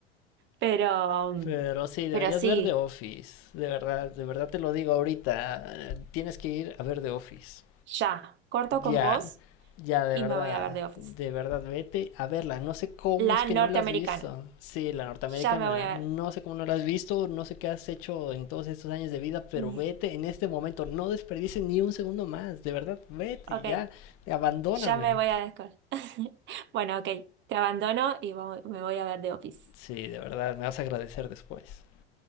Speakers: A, on the right; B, on the left.
A: Pero, um,
B: Pero sí, deberías
A: pero sí.
B: ver The Office. De verdad, de verdad te lo digo ahorita. eh, Tienes que ir a ver The Office.
A: Ya, corto
B: Ya,
A: con vos
B: ya, de
A: y
B: verdad,
A: me voy a ver The Office.
B: de verdad, vete a verla. No sé cómo
A: La
B: es que
A: norteamericana.
B: no la has visto. Sí, la norteamericana,
A: Ya me voy a
B: no
A: ver.
B: sé cómo no la has visto, no sé qué has hecho en todos estos años de vida, pero
A: <laughs>
B: vete en este momento, no desperdices ni un segundo más, de verdad, vete,
A: Ok,
B: ya, abandóname.
A: ya me voy a descol. <laughs> Bueno, ok, te abandono y vo- me voy a ver The Office.
B: Sí, de verdad, me vas a agradecer después.